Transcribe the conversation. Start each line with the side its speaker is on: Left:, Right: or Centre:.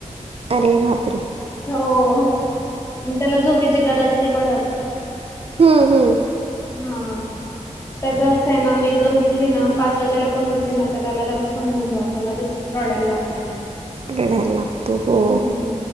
Right: अरे बापरे!
Left: हो. त्याला झोकेची गरज नाही पडत?
Right: हम्म हम्म
Left: हा त्याचा सना मी जर उठली ना पाच वाजेला पण उठली ना तर त्याला लगच समजून जातं लगेच रडायला लागतो.
Right: रढायला लागतो हो
Left: हम्म